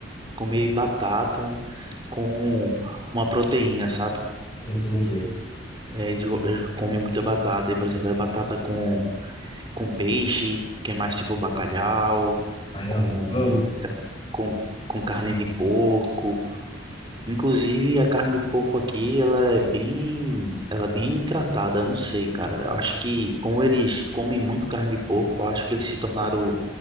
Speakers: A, on the right; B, on the left.
A: comer batata com uma proteína, sabe?
B: Entendi.
A: É, eles, go- eles comem muita batata. E, por exemplo, é batata com, com peixe, que é mais tipo bacalhau,
B: Ai,
A: com,
B: amo, amo.
A: ca- com, com carne de porco. Inclusive, a carne de porco aqui, ela é bem, ela é bem tratada. Eu Não sei, cara. Eu Acho que, como eles comem muito carne de porco, eu acho que eles se tornaram